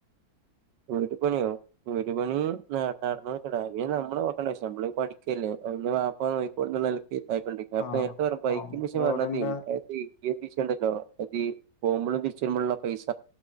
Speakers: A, on the right (about 75°); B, on the left (about 85°).
A: വീട് പണിയോ വീട് പണി നടന്നോണ്ട് കോ പിന്നെ നമ്മള് പെക്കണ്ട പക്ഷേ നമ്മള് പഠിക്കല്ലേ അ പാപ്പാ നോയിക്കുള്ള ആയിക്കൊണ്ടി അപ്പൊ
B: ആഹ്
A: നേരത്തെ പറഞ്ഞ ബൈക്കിൻ്റെ
B: ആഹ്
A: വിഷം
B: റോഡിന്റെ
A: പറഞ്ഞ ഏത് വിഷയ ഉണ്ടല്ലോ അ പോകുമ്പോഴും തിരിച്ചിരുമ്പോുള്ള പൈസ